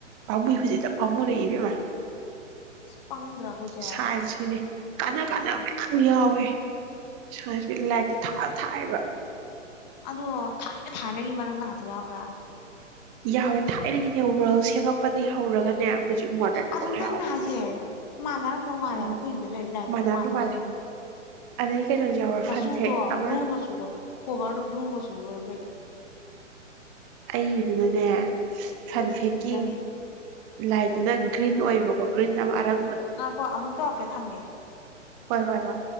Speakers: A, on the right; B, on the left.
A: ꯄꯥꯝꯃꯨꯏ ꯍꯨꯖꯤꯛꯇ ꯄꯥꯝꯃꯔꯛꯏ ꯏꯕꯦꯝꯃ
B: ꯄꯪꯗ꯭ꯔꯥ ꯑꯩꯈꯣꯏꯁꯦ
A: ꯁꯥꯏꯟꯁꯀꯤꯅꯦ ꯀꯥꯟꯅ ꯀꯥꯟꯅꯕ ꯃꯌꯥꯝ ꯌꯥꯎꯋꯦ ꯁꯥꯏꯟꯀꯤ ꯂꯥꯏꯔꯤꯛꯇꫭ ꯊꯥ ꯊꯥꯏꯕ
B: ꯑꯗꯣ ꯊꯥꯏꯅ ꯊꯥꯏꯅꯒꯤ ꯃꯔꯝꯗ ꯉꯥꯇ ꯌꯥꯎꯗ꯭ꯔꯥ
A: ꯌꯥꯎꯋꯦ ꯊꯥꯏꯅꯒꯤꯅꯦ ꯋꯥꯔꯜ ꯁꯦꯝꯃꯛꯄꯗꯩ ꯍꯧꯔꯒꯅꯦ ꯍꯧꯖꯤꯛ ꯃꯣꯗꯔꯟ
B: ꯑꯗꯨ
A: ꯐꯥꯎ
B: ꯅꯪꯅ
A: ꯌꯥꯎꯋꯦ
B: ꯍꯥꯏꯁꯦ ꯃꯥꯟꯅꯔꯝꯗꯧ ꯃꯥꯜꯂꯦ
A: ꯎꯝ
B: ꯍꯥꯏꯕ ꯑꯩꯈꯣꯏ ꯌꯨꯝꯗ ꯂꯩꯕ ꯂꯥꯏꯔꯤꯛꯇꯨꯒ
A: ꯃꯥꯟꯅꯕꯅ
B: ꯃꯥꯟꯅꯔꯝꯅꯤꯕꯨ
A: ꯃꯥꯜꯂꯦ ꯑꯗꯩ ꯀꯩꯅꯣꯁꯨ ꯌꯥꯎꯋꯦ
B: ꯃꯆꯨꯗꯣ
A: ꯐꯟ ꯐꯦꯛ ꯑꯃ
B: ꯕ꯭ꯂꯨ ꯃꯆꯨ ꯑꯣꯏ ꯀꯣꯚꯔꯗꯣ ꯕ꯭ꯂꯨ ꯃꯆꯨ ꯑꯣꯏ ꯑꯩꯈꯣꯏꯗꯤ
A: ꯑꯩꯗꯨꯅꯅꯦ ꯐꯟ
B: ꯑꯗꯨꯕꯨꯛꯇꯤ
A: ꯐꯦꯛꯀꯤ
B: ꯅꯤꯡꯁꯤꯡꯉꯦ
A: ꯂꯥꯏꯛ ꯁꯤꯅ ꯒ꯭ꯔꯤꯟ ꯑꯣꯏꯕꯀꯣ ꯒ꯭ꯔꯤꯟ ꯑꯃ ꯑꯔꯪ
B: ꯉꯥꯈꯣ ꯑꯃꯨꯛ ꯇꯧꯔꯛꯀꯦ ꯊꯝꯒꯦ
A: ꯍꯣꯏ ꯍꯣꯏ ꯍꯣꯏ